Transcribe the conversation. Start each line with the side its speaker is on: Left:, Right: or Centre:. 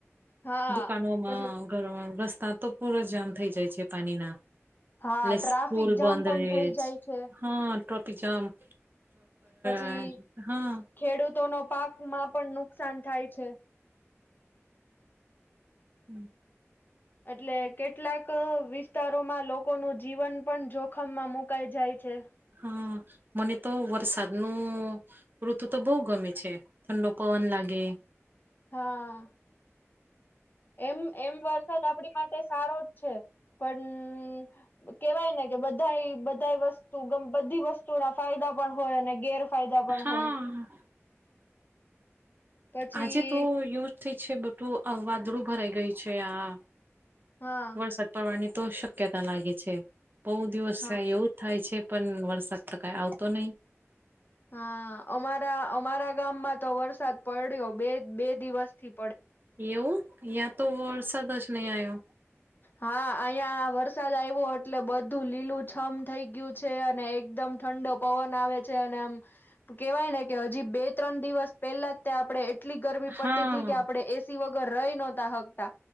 Left: હા
Right: દુકાનોમાં
Left: પછી
Right: ઘરમાં રસ્તા તો પૂર જામ થઇ જાય છે. પાણીના
Left: હા
Right: એટલે
Left: ટ્રાફિક
Right: સ્કૂલ
Left: જામ
Right: બંધ
Left: પણ
Right: રે
Left: થઈ જાય
Right: છ,
Left: છે
Right: હા ટ્રોફિક, જામ્પ
Left: પછી
Right: <unintelligible>
Left: ખેડૂતોનો પાકમા પણ નુકસાન થાય છે.
Right: <inaudible>
Left: એટલે કેટલાક વિસ્તારોમાં લોકોનુ, જીવન પણ જોખમમાં મુકાઈ જાય છે.
Right: હ, મને તો વરસાદનુ ઋતુ તો બો ગમે છે. ઠંડો પવન લા ગે.
Left: હા. એમ એમ વરસાદ, આપડી માટે સારો જ છે. પણ કેવાય ને કે બધાઈ, બધાઈ વસ્તુ બધી વસ્તુ ના ફાયદા પણ હોય, અને ગેરફાયદા પણ
Right: હા.
Left: હોય. પછી
Right: આજે, તો યુંજ થઈ છે. બટું વાદળું ભરાઈ ગયું છે આ
Left: હા
Right: વરસાદ પડવાની તો શક્યતા લાગે છે, બહુ દિવસ
Left: હા
Right: થ્યાં એવું જ થાય છે. પણ વરસાદ, તો કાંઈ આવતો નહી
Left: હા, અમારા અમારા ગામમાં તો વરસાદ પડ્યો બે બે દિવસ થી
Right: એવું અ્યાં તો વરસાદ જ નહી, આવ્યો
Left: હા, અહિંયા વરસાદ આવ્યો એટલે બધું લીલું છમ થઈ ગયું છે, અને એકદમ આમ ઠંડો પવન આવે છે અને આમ કેવાય ને કે, હજી બે-ત્રણ દિવસ પહેલા જ તે આપડે એટલી ગરમી
Right: હા
Left: પડતી તી કે આપડે એસી વગર રઈ નહતા હકતા.